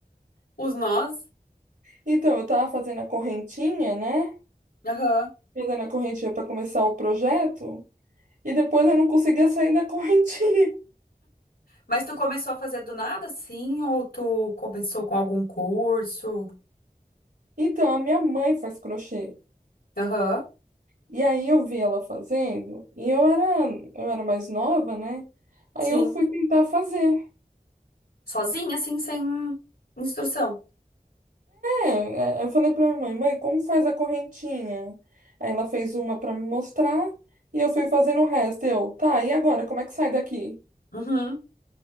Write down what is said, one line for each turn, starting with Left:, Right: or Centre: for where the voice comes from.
Left: os nós?
Right: então eu tava fazendo a correntinha, né?
Left: Aham.
Right: Fazendo a correntinha para começar o projeto. E depois eu não conseguia sair da correntinha. <laughs>
Left: Mas tu começou a fazer do nada, sim? Ou tu começou com algum curso?
Right: Então, a minha mãe faz crochê.
Left: Aham.
Right: E aí eu vi ela fazendo, e eu era, eu era mais nova, né? Aí
Left: Sim.
Right: eu fui tentar fazer.
Left: Sozinha, assim, sem instrução.
Right: É, é, eu falei pra minha mãe, mãe, como faz a correntinha? Aí ela fez uma pra me mostrar, e eu fui fazendo o resto. Eu, tá, e agora, como é que sai daqui?
Left: Uhum.